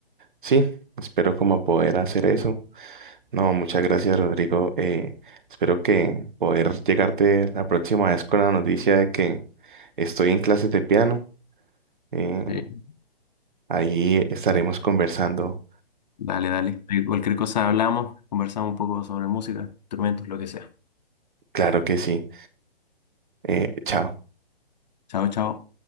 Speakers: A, on the right (about 55°); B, on the left (about 45°).
A: sí, espero como poder hacer eso. No, muchas gracias, Rodrigo. Eh, espero que poder llegarte la próxima vez con la noticia de que estoy en clases de piano. Eh,
B: Sí.
A: ahí estaremos conversando.
B: Dale, dale. De Cualquier cosa hablamos, conversamos un poco sobre música, instrumentos, lo que sea.
A: Claro que sí. Eh, chao.
B: Chao, chao.